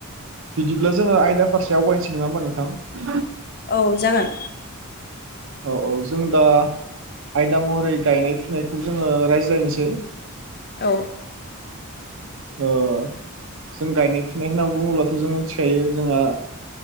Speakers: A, on the right; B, on the left.
A: बिदिब्ला जोङो आयदा फारसे आवगायनोसै नङा होमबा नोंथां।
B: औ जागोन।
A: औ औ जों दा आयदा महरै गायनाय फुनायखौ जोङो राय्लायनोसै।
B: औ
A: जों गायनाय फुनाय होनना बुङोब्लाथ' जों मिथिखायो जोंहा